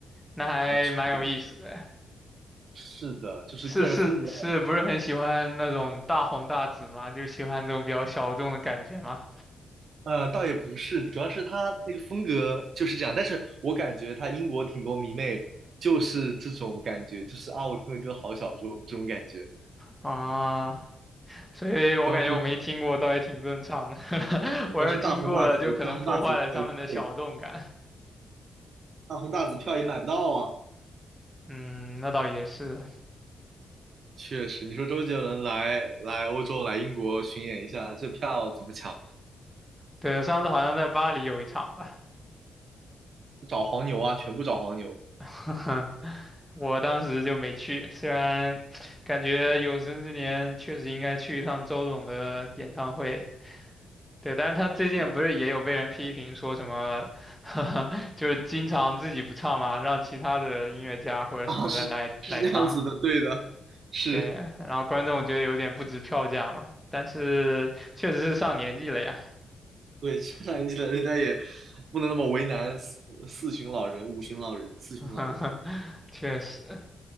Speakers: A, in the centre; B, on the right.
A: 那还蛮有意思的。
B: 啊，是的，是的，就是个人风格很。
A: 是是是，不是很喜欢那种大红大紫嘛？就喜欢这种比较小众的感觉嘛？
B: 呃，倒也不是，主要是他那个风格就是这样。但是我感觉他英国挺多迷妹，就是这种感觉，就是啊，我听的歌好小众这种感觉。
A: 啊，所以我感觉我没听过，
B: 主要是主
A: 倒也挺正常的。<laughs> 我要是听过了，
B: 要是大红大紫，
A: 就可能破坏了他们的小众感。
B: 大红大紫票也大红大紫票也买不到啊。
A: 嗯，那倒也是。
B: 确实，你说周杰伦来来欧洲来英国巡演一下，这票怎么抢？
A: 对，上次好像在巴黎有一场吧，
B: 找黄牛啊，全部找黄牛。
A: <laughs> 我当时就没去。虽然感觉有生之年确实应该去一趟周董的演唱会，对，但是他最近不是也有被人批评说什么，
B: 是
A: <laughs> 就是经常自己不唱嘛，让其他的音乐家或者什么的来来唱，
B: 啊，是是这样子的，对的，是。
A: 对，然后观众觉得有点不值票价嘛。但是确实是上年纪了呀，
B: 对，上上年纪的人家也不能那么为难四四旬老人、五旬老人、四旬老人
A: <laughs> 确实，